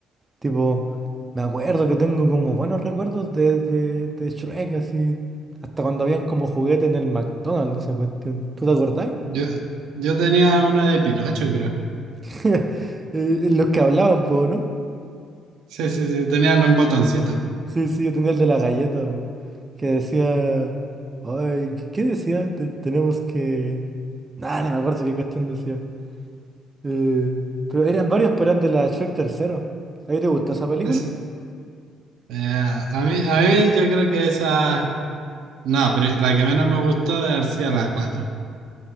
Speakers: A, on the right; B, on the right.
A: Tipo, me acuerdo que tengo como buenos recuerdos de, de, de Shrek, así. Hasta cuando habían como juguete en el McDonald's, esa cuestión. ¿Tú te acordás?
B: Yo, yo tenía una de Pinocho, creo.
A: <laughs> Eh, Los que hablaban, po, ¿no?
B: Sí, sí, sí, tenían un botoncito.
A: Sí, sí, yo tenía el de la galleta, po, que decía... Ay, ¿qué qué decía? Te- tenemos que... Nah, ni me acuerdo qué cuestión decía. Eh, pero eran varios, pero eran de la Shrek tercero. ¿Ahí te gustó esa película?
B: Sí, sí. Eh, a mí, a mí yo creo que esa... No, pero la que menos me gustó debe haber sido la cuatro